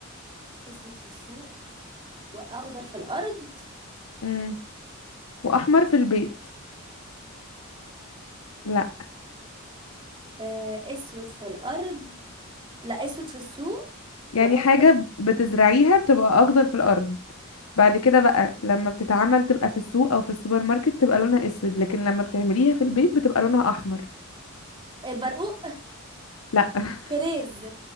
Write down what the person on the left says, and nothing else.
امم واحمر في البيت
لا
يعني حاجة ب- بتزرعيها بتبقى اخضر في الارض بعد كده بقى لما بتتعمل تبقى في السوق او في السوبر ماركت تبقى لونها اسود لكن لما بتعمليها في البيت بتبقى لونها احمر
لا